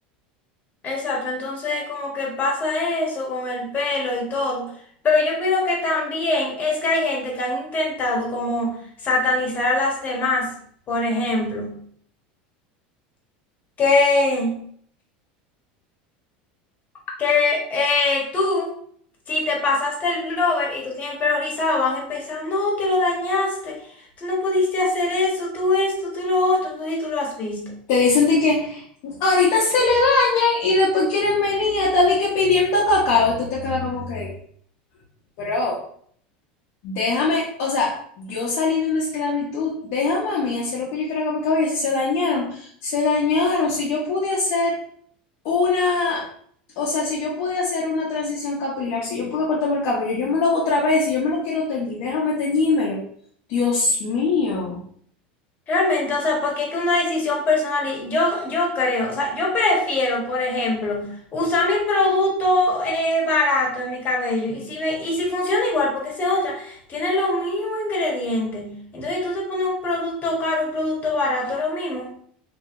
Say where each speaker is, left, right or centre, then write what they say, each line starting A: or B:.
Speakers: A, on the left (about 35°); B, on the left (about 60°).
A: Exacto, entonces como que pasa eso con el pelo y todo. Pero yo opino que también es que hay gente que han intentado como satanizar a las demás, por ejemplo, que, que eh, tú, si te pasaste el blower y tú tienes el pelo rizado, van a empezar, no, te lo dañaste, tú no pudiste hacer eso, tú esto, tú lo otro, no sé si tú lo has visto.
B: Te dicen de que ahorita se le dañan y después quieren venir hasta de que pidiendo cacao. Y tú te quedas como que, bro. Déjame, o sea, yo salí de una esclavitud, déjame a mí hacer lo que yo quiera con mi cabello. Si se dañaron, se dañaron. Si yo pude hacer una, o sea, si yo pude hacer una transición capilar, si yo pude cortarme el cabello, yo me lo hago otra vez. Si yo me lo quiero teñir, déjame teñímelo. Dios mío.
A: Realmente, o sea, porque es que una decisión personal, y yo, yo creo, o sea, yo prefiero, por ejemplo, usar mi producto eh, barato en mi cabello y si, me, y si funciona igual, porque esa es otra, tiene los mismos ingredientes. Entonces, si tú te pones un producto caro, un producto barato, es lo mismo.